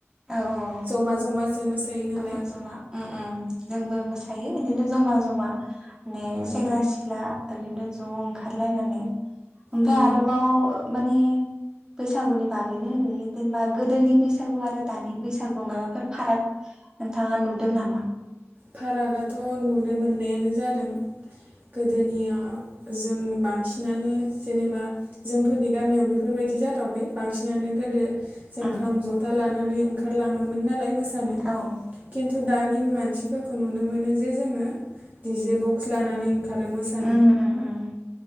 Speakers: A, on the right; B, on the right.
A: औ औ
B: जमा जमासो मोसायो। नालाय
A: जमा जमा उम उम जोंबो मोसायो बिदिनो जमा जमा ने
B: उम
A: सेंग्रा सिख्ला ओरैनो ज' ओंखारलायनानै ओमफाय
B: उम
A: आरोबाव माने बैसागुनि बागैनो होनो जेनेबा गोदोनि बैसागु आरो दानि बैसागुआव माबाफोर फाराग नोंथाङा नुदों नामा
B: फारागाथ' नुनो मोननायानो जादों गोदोनियाव जों बांसिनानो जेनेबा जोंफोरनि गामियाव बेफोरबायदि बिदि जाथावाखै बांसिनानो गोदो जों
A: उम
B: खाम जथा लानानै ओंखारलाङोमोन नालाय मोसानो
A: औ
B: खिन्थु दानि मानसि मानसिफोरखौ नुनो मोनो जे जोङो डिजे बक्स लानानै खारो मोसानो
A: उम उम उम